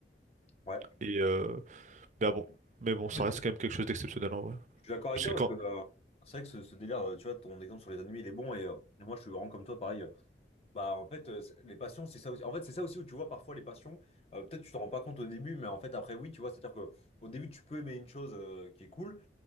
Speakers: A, on the left; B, on the right.
A: Ouais.
B: Et euh, mais ah bon, mais bon,
A: Ouais,
B: ça
A: tu-
B: reste quand même quelque chose d'exceptionnel en vrai.
A: Je suis d'accord avec
B: Parce
A: toi
B: que quand...
A: parce que euh, c'est vrai que ce, ce délire, euh, tu vois, ton exemple sur les animés, il est bon et, euh, et moi je suis vraiment comme toi, pareil. euh, bah en fait, euh, c'est- les passions, c'est ça aussi. En fait, c'est ça aussi où tu vois parfois les passions. euh, peut-être tu t'en rends pas compte au début, mais en fait après oui, tu vois, c'est-à-dire que au début tu peux aimer une chose euh, qui est cool,